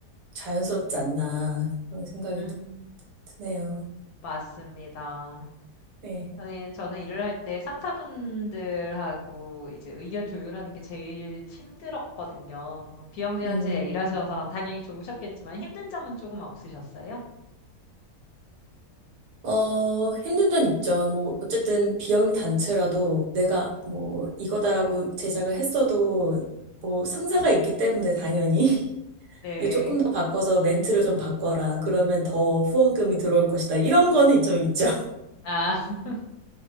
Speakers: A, on the right; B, on the left.
A: 자연스럽지 않나, 그런 생각이
B: 음,
A: 또 드네요.
B: 맞습니다.
A: 네.
B: 저는, 저는 일을 할 때 상사분들하고 이제 의견 조율하는 게 제일 힘들었거든요. 뭐 비영리단체에
A: 음.
B: 일하셔서 당연히 좋으셨겠지만 힘든 점은 조금 없으셨어요?
A: 어, 힘든 점 있죠. 뭐, 어쨌든 비영리 단체라도 내가 뭐, 이거다라고 제작을 했어도 뭐, 상사가 있기 때문에 당연히 <laughs>
B: 네.
A: 이거 조금 더 바꿔서 멘트를 좀 바꿔라. 그러면 더 후원금이 들어올 것이다. 이런 거는 좀 있죠.
B: 아, <laughs>